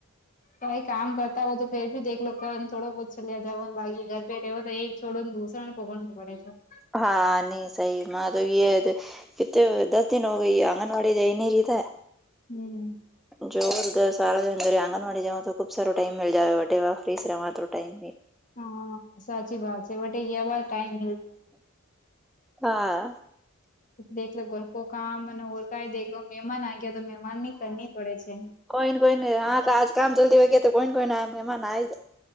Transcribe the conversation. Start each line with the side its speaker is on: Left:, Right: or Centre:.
Left: હ કઈ કામ કરતા હોય તો ફેર ભી દેખલો ક થોડ બહોત <unintelligible> લ્લ્યા જો ને બાકી ઘર પ રહેવ તો એક છોડોને દૂસરા ને પોકડું પડે છે <unintelligible>
Centre: હા નહી સઈમાં તો <unintelligible> કે તો દસ દન હો ગઈ આંગનાવડી જઈ નરીતા <unintelligible>
Left: હમ <unintelligible>
Centre: જો સારા જરે આંગણવાડી જઓ તો ખુબ સાર ટાઈમ મ જટે વા ફ્રી ર તો ટાઈમ
Left: હ સાચી વાત છે વટે એવાર ટાઈમ
Centre: હા
Left: દેખલો ઘર કો કામ અને ઓરકા દેખલો મહેમાન આ ગયા તો મહેમાન નની કરની પડે છે <unintelligible>
Centre: કોઈ ને કોઈ નને હા આજ કામ જલ્દી વાગે તો કોઈ ને કોઈ મહેમાન આઈ જાય <unintelligible>